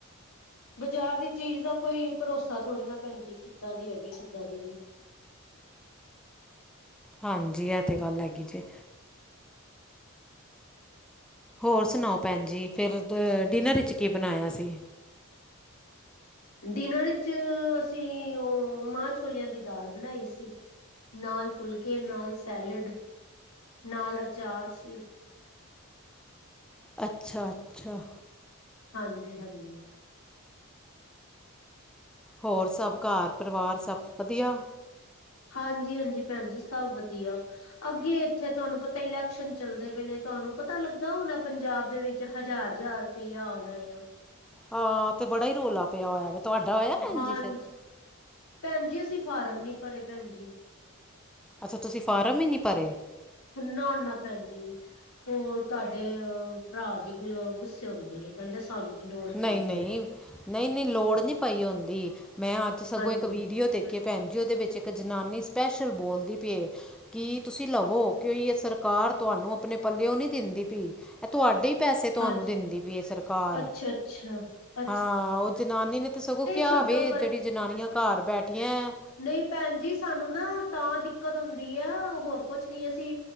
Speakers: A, on the left; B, in the centre.
A: ਬਜ਼ਾਰ ਦੀ ਚੀਜ਼ ਦਾ ਕੋਈ ਭਰੋਸਾ ਥੋੜ੍ਹੀ ਨਾ ਭੈਣ ਜੀ, ਕਿੱਦਾਂ ਦੀ ਹੈਗੀ, ਕਿੱਦਾਂ ਦੀ ਨਈ।
B: ਹਾਂਜੀ, ਐ ਤੇ ਗੱਲ ਹੈਗੀ ਜੇ। ਹੋਰ ਸੁਣਾਓ ਭੈਣ ਜੀ, ਫੇਰ ਦ ਡੀਨਰ ਵਿੱਚ ਕੀ ਬਣਾਇਆ ਸੀ?
A: ਡਿਨਰ ਈੱ'ਚ, ਅਸੀ ਓ ਮਾਂ, ਛੋਲਿਆਂ ਦੀ ਦਾਲ ਬਣਾਈ ਸੀ। ਨਾਲ ਫੁਲਕੇ, ਨਾਲ ਸੈਲੇਡ, ਨਾਲ ਅਚਾਰ ਸੀ।
B: ਅੱਛਾ-ਅੱਛਾ।
A: ਹਾਂਜੀ-ਹਾਂਜੀ।
B: ਹੋਰ ਸਭ, ਘਰ-ਪਰਿਵਾਰ ਸਭ ਵਧੀਆ?
A: ਹਾਂਜੀ-ਹਾਂਜੀ ਭੈਣ ਜੀ, ਸਭ ਵਧੀਆ। ਅੱਗੇ ਇੱਥੇ ਤੁਹਾਨੂੰ ਪਤਾ ਇਲੈਕਸ਼ਨ ਚੱਲਦੇ ਪਏ ਨੇ, ਤੁਹਾਨੂੰ ਪਤਾ ਲੱਗਾ ਹੋਣਾ ਪੰਜਾਬ ਦੇ ਵਿੱਚ, ਹਜ਼ਾਰ-ਹਜ਼ਾਰ ਰਪਈਆ ਆਓਣਾ ਯਾ।
B: ਹਾਂ, ਤੇ ਬੜਾ ਈ ਰੋਲਾ ਪਿਆ ਹੋਇਆ ਵੇ। ਤੁਹਾਡਾ ਹੋਇਆ ਭੈਣ
A: ਹਾਂਜੀ,
B: ਜੀ ਫਿਰ
A: ਭੈਣ ਜੀ, ਅਸੀ ਫਾਰਮ ਨੀ ਭਰੇ, ਭੈਣ ਜੀ।
B: ਅੱਛਾ ਤੁਸੀ ਫਾਰਮ ਈ ਨਈ ਭਰੇ।
A: ਨਾ ਨਾ ਭੈਣ ਜੀ। ਓ ਤੁਹਾਡੇ ਅ ਭਰਾ ਜੀ ਗੁੱਸੇ ਹੁੰਦੇ ਨੇ ਕਹਿੰਦੇ ਸਾਨੂੰ ਕੀ ਲੋੜ
B: ਨਈ
A: ਪਈ
B: ਨਈ
A: ਹੈ।
B: ਨਈ ਨਈ ਲੋੜ ਨੀ ਪਈ ਹੁੰਦੀ ਮੈਂ ਅੱਜ ਸਗੋਂ
A: ਹਾਂਜੀ
B: ਏਕ ਵੀਡੀਓ ਦੇਖੀ ਏ। ਭੈਣ ਜੀ ਓਦੇ ਵਿੱਚ ਇੱਕ ਜਨਾਨੀ ਸਪੈਸ਼ਲ ਬੋਲਦੀ ਪੀਏ ਕਿ ਤੁਸੀ ਲਵੋ ਕਿ ਯ ਸਰ ਰਕਾਰ ਤੁਹਾਨੂੰ ਅਪਣੇ ਪੱਲਿਓ ਨੀ ਦਿੰਦੀ ਪੀ ਐ ਤੁਹਾਡੇ ਈ ਪੈਸੇ ਤੁਹਾਨੂੰ
A: ਹਾਂਜੀ
B: ਦਿੰਦੀ ਪੀ ਏ ਸਰਕਾਰ।
A: ਅੱਛਾ ਅੱਛਾ। ਅੱਛਾ
B: ਹਾਂ ਓ ਜਨਾਨੀ ਨੇ ਤੇ ਸਗੋਂ
A: ਨਹੀਂ
B: ਕਿਆ
A: ਛੱਡੋ
B: ਵੇ ਜੇੜੀ ਜਨਾਨੀਆਂ ਘਰ ਬੈਠੀਆਂ ਐਂ।
A: ਨਈ ਭੈਣ ਜੀ ਸਾਨੂੰ ਨਾ ਤਾਂ ਦਿੱਕਤ ਹੁੰਦੀ ਆ ਹੋਰ ਕੁਛ ਨੀ ਅਸੀ